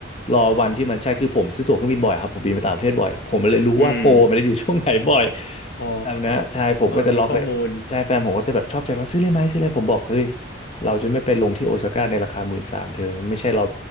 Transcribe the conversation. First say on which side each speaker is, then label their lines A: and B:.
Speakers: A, on the left; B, on the left.
A: รอวันที่มันใช่คือผมซื้อตั๋วเครื่องบินบ่อยครับผมบินไปต่างประเทศบ่อยผมเลยรู้ว่าโปรมันจะอยู่ช่วงไหนบ่อย
B: อืมอ๋อ
A: ครบนะใช่ผมก็จะล็อกเลยใช่แฟนผมก็จะแบบชอบใจร้อนซื้อเลยไหมซื้อเลยผมบอกเฮ้ย
B: มีข้อมูล
A: เราจะไม่ไปลงที่โอซาก้าในราคาหมื่นสามเธอไม่ใช่เรา